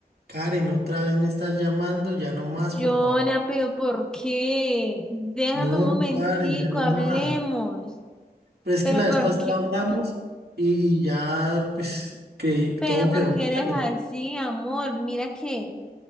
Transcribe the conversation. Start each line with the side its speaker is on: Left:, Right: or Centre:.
Right: Karen, otra vez me estás llamando, ya no más,
Centre: Jonah,
Right: por favor.
Centre: pero ¿por qué? Déjame
Right: No,
Centre: un momentico,
Right: Karen, ya no
Centre: hablemos.
Right: más. Pero es
Centre: Pero
Right: que la
Centre: ¿por
Right: vez pasada
Centre: qué?
Right: hablamos
Centre: <clears throat>
Right: y, y ya, pues, que
Centre: Pero
Right: todo
Centre: ¿por
Right: quedó
Centre: qué
Right: claro.
Centre: eres así, amor? Mira que,